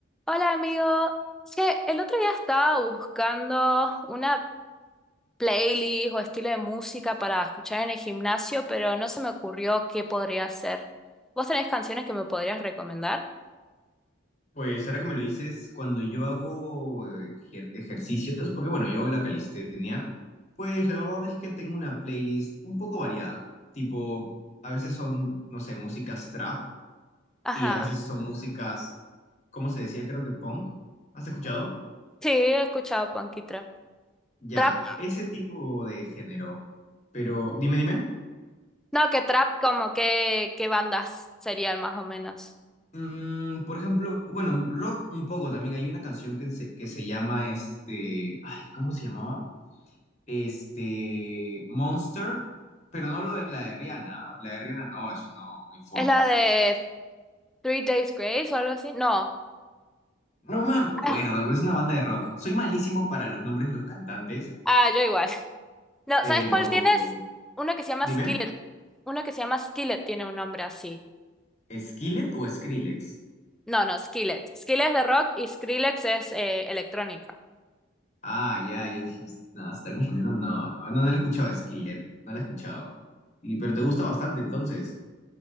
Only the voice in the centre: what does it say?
Hola amigo, che, el otro día estaba buscando una playlist o estilo de música para escuchar en el gimnasio, pero no se me ocurrió qué podría hacer. ¿Vos tenés canciones que me podrías recomendar?
Ajá,
sí, he escuchado punk y trap.
Trap,
no, que trap como que, qué bandas serían más o menos.
¿Es la de Three Days Grace o algo así? No.
Ah,
ah, yo igual. <laughs> No,
¿sabes cuál tienes? Uno que se llama
Skillet. Uno que se llama Skillet tiene un nombre así.
No, no, Skillet. Skillet es de rock y Skrillex es eh, electrónica.